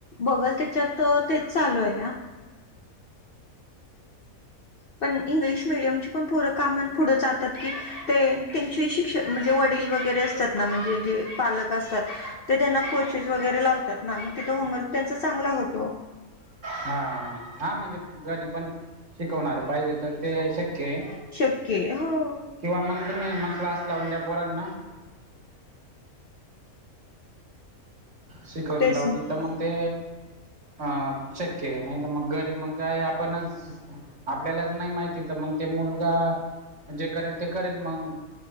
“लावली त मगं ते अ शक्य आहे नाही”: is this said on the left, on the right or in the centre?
Right